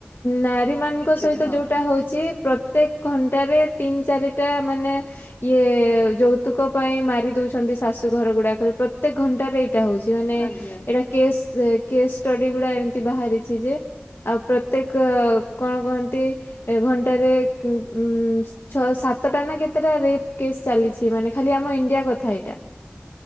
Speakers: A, on the left; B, on the left.
A: ନାରୀମାନଙ୍କ
B: କିଛିଟା
A: ସହିତ
B: ହଁ
A: ଯୋଉଟା ହଉଛି। ପ୍ରତ୍ୟେକ ଘଣ୍ଟାରେ ତିନି ଚାରିଟା ମାନେ। ଇଏ ଯୌତୁକ ପାଇଁ ମାରି ଦଉଛନ୍ତି ଶାଶୁ ଘର ଗୁଡାକରେ ପ୍ରତ୍ୟେକ ଘଣ୍ଟାରେ ଏଇଟା ହଉଛି। ମାନେ
B: ଆଜ୍ଞା
A: ଏଇଟା କେସ୍ କେସ୍ ଷ୍ଟଡି ଗୁଡା ଏମିତି ବାହାରିଛି ଯେ। ଆଉ ପ୍ରତ୍ୟେକ କଣ କହନ୍ତି, ଏ ଘଣ୍ଟାରେ କ୍ ଉଁ ସ୍ ଛଅ ସାତଟା ନା କେତେଟା ରେପ୍ କେସ୍ ଚାଲିଛି ମାନେ ଖାଲି ଆମ ଇଣ୍ଡିଆ କଥା ଏଇଟା।